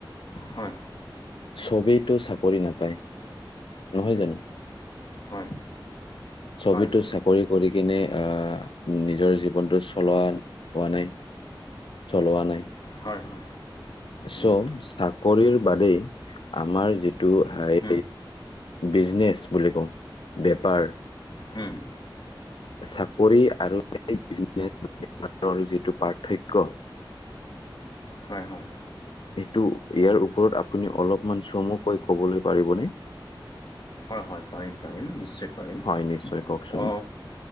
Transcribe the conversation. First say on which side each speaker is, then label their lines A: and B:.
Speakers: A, on the left (about 55°); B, on the left (about 75°).
A: হয়
B: চবেইতো চাকৰি নাপায় নহয় জানো
A: হয়
B: ছবেটো
A: হয় হয়
B: চাকৰি কৰি কিনে আহ নিজৰ জীৱনটো চলোৱা হোৱা নাই চলোৱা নাই।
A: হয় হয়
B: চ'
A: উম
B: চাকৰিৰ বাদেই আমাৰ যিটো হে
A: উম
B: বিজনেচ বুলি কওঁ বেপাৰ
A: হম।
B: চাকৰি আৰু বিজনেছৰ <unintelligible> যিটো পাৰ্থক্য
A: হয় হয়।
B: সেইটো ইয়াৰ ওপৰত আপুনি অলপমান চমুকৈ কবলৈ পাৰিবনে
A: হয় হয় পাৰিম পাৰিম নিশ্চয় পাৰিম
B: হয় নিশ্চয় কওকচোন।
A: অ'